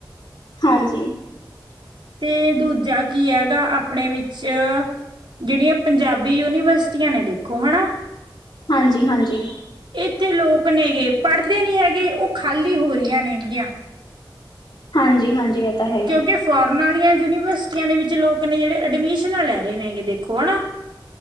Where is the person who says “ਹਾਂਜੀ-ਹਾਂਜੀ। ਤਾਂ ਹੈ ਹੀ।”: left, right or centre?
Left